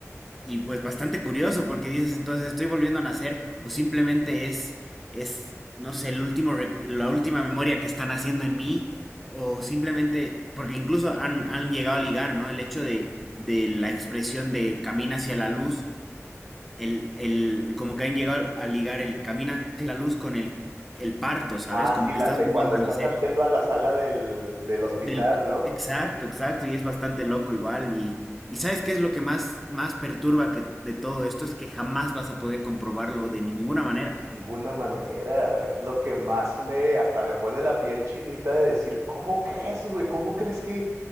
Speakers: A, in the centre; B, on the right (about 70°).
A: Y pues bastante curioso porque dices entonces estoy volviendo a nacer o simplemente es, es no sé, el último, rec- la última memoria que están haciendo en mí o simplemente, porque incluso han, han llegado a ligar, ¿no? El hecho de, de la expresión de camina hacia la luz, el, el, como que han llegado a ligar el camina hacia la luz con el, el parto, ¿sabes?
B: Ah,
A: Como
B: sí, la
A: que estás
B: de
A: volviendo
B: cuando está
A: a nacer.
B: saliendo a la sala del, del hospital,
A: Del,
B: ¿no?
A: exacto, exacto, y es bastante loco igual. Y, y ¿sabes qué es lo que más, más perturba que, de todo esto? Es que jamás vas a poder comprobarlo de ninguna manera.
B: Ninguna manera, es lo que más me, hasta me pone la piel chinita de decir, ¿cómo crees, güey? ¿Cómo crees que